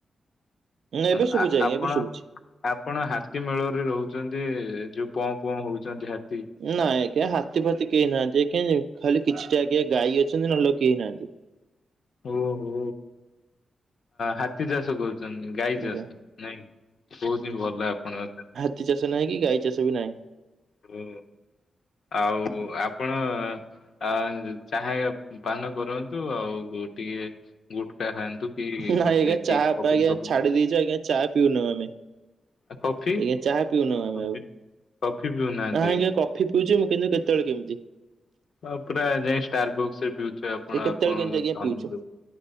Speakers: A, on the right (about 75°); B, on the left (about 65°).
A: ନାଁ
B: ହଁ,
A: ଏବେ ଶୁଭୁଚି
B: ଆ-
A: ଆଜ୍ଞା
B: ଆପଣ
A: ଏବେ ଶୁଣୁଛି।
B: ଆପଣ ହାତୀ ମେଳରେ ରହୁଛନ୍ତି ଯୋଉ ମ୍ପ ମ୍ପ ହଉଛନ୍ତି ହାତ
A: ନାଇଁ ଆଜ୍ଞା ହାତୀ ଫାତି କେହି ନାହାନ୍ତି ଆଜ୍ଞା ଖାଲି କିଛିଟା ଆଜ୍ଞା ଗାଈ ଅଛନ୍ତି ନା ଲୋକ କେହି ନାହାନ୍ତି।
B: ଓହୋ! ହାତୀ ଚାଷ କରୁଛନ୍ତି। ଗାଇଲେ
A: ଆଜ୍ଞା
B: ମସ୍ତ ନାଇଁ ବହୁତ ହିଁ ଭଲ ଆପଣଙ୍କ।
A: ମାଟି ଚାଷ ନାହିଁ କି ଗାଈ ଚାଷ ବି ନାହିଁ।
B: ହୁଁ ଆଉ ଆପଣ ଆ <unintelligible> ଚାହା ପାନ କରନ୍ତୁ ଆଉ ଟିକେ ଗୁଟକା ଖାଆନ୍ତୁ କି
A: ନାଇଁ
B: ସେ
A: ଆଜ୍ଞା ଚାହା
B: ବିଗ୍ ବବୁଲ
A: ପା- ଆଜ୍ଞା
B: ଫବୁଲ
A: ଛାଡି ଦେଇଛୁ ଆଜ୍ଞା ଚା ପିଉନୁ ଆମେ।
B: ଆ କଫି
A: ଆଜ୍ଞା ଚାହା ପିଉନୁ
B: <inaudible>
A: ଆମେ ଆଉ
B: କଫି ପିଉନାହାନ୍ତି।
A: ନା ଆଜ୍ଞା କଫି ପିଉଚି ମୁଁ କିନ୍ତୁ କେତବେଳେ କେମିତି।
B: ଆ ପୁରା ଯାଇ ଷ୍ଟାର ବୁକ୍ସରେ ପିଉଥିବେ ଆପଣ
A: ଏ କେତେବେଳେ
B: ଆପଣଙ୍କ
A: କେମିତି ଆଜ୍ଞା
B: ଧନି
A: ପିଉଛୁ।
B: ଲୋ